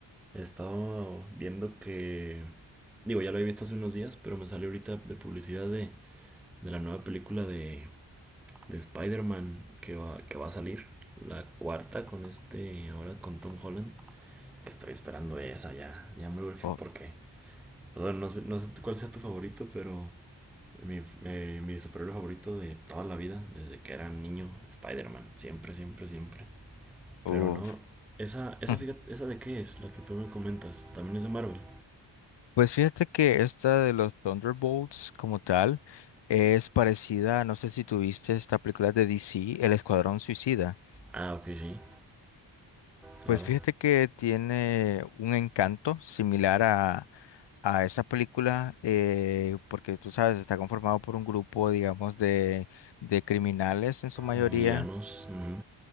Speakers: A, in the centre; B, on the left.
A: estaba viendo que, digo, ya lo había visto hace unos días, pero me salió ahorita de publicidad de, de la nueva película de, de Spider-Man que va, que va a salir, la cuarta con este, ahora con Tom Holland, que estoy esperando esa ya, ya me urge
B: Oh,
A: porque, pues, bueno, no sé, no sé cuál sea tu favorito, pero Mi, eh, mi superhéroe favorito de toda la vida, desde que era niño, Spider-Man. Siempre, siempre, siempre.
B: uf.
A: Pero no, esa, esa,
B: <laughs>
A: esa de qué es, la que tú me comentas, también es de Marvel.
B: Pues fíjate que esta de los Thunderbolts como tal es parecida, no sé si tuviste esta película de DC, El Escuadrón Suicida.
A: Ah, ok, sí, claro.
B: Pues fíjate que tiene un encanto similar a, a esa película, eh, porque tú sabes, está conformado por un grupo, digamos, de, de criminales en su mayoría.
A: De villanos. ujú.